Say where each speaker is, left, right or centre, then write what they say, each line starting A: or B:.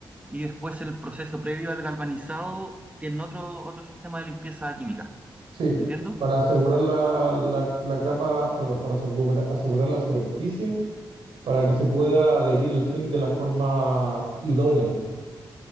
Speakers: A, on the right; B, on the right.
A: y después en el proceso previo al galvanizado tienen otro, otro sistema de limpieza química.
B: sí,
A: ¿Entiendo?
B: para asegurar la, la- la capa, perdón, para asegura- asegurar la superficie, para que se pueda adherir el zinc de la forma idónea